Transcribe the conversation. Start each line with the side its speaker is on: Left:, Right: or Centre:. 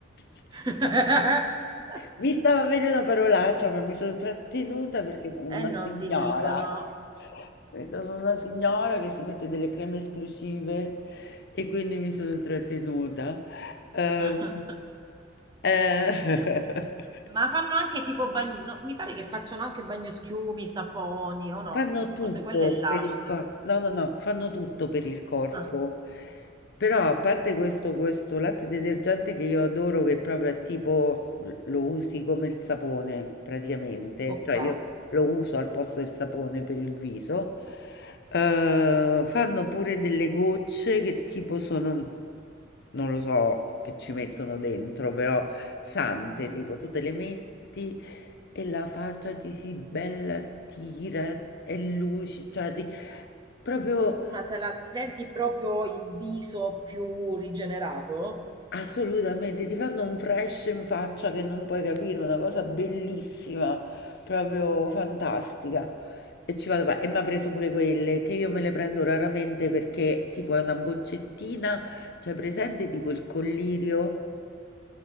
Left: <laughs>
Right: <laughs>
Left: Mi stava venendo una parolaccia, ma mi sono trattenuta perché sono una
Right: E non
Left: signora.
Right: si dicono.
Left: Capito? Sono una signora che si mette delle creme esclusive e quindi mi sono trattenuta. Ehm,
Right: <laughs>
Left: eh, <laughs>
Right: Ma fanno anche tipo bagno, no, mi pare che facciano anche bagnoschiumi, saponi o no?
Left: Fanno tutto
Right: Forse quello è l'ash.
Left: per il corpo, no, no, no, fanno tutto per il corpo.
Right: Ah,
Left: Però a parte questo, questo latte detergente che io adoro, che proprio è tipo lo usi come il sapone praticamente,
Right: ok.
Left: cioè io lo uso al posto del sapone per il viso, eh, fanno pure delle gocce che tipo sono, non lo so, che ci mettono dentro, però sante,
Right: Mm.
Left: tipo tu te le metti e la faccia ti si bella tira, è lucida, cioè ti, proprio
Right: Ma te la, ti senti proprio il viso più rigenerato?
Left: assolutamente ti fanno un fresh in faccia che non puoi capire, una cosa bellissima, proprio fantastica. E ci vado, pa- e mi ha preso pure quelle che io me le prendo raramente perché tipo è una boccettina, cioè presente tipo il collirio.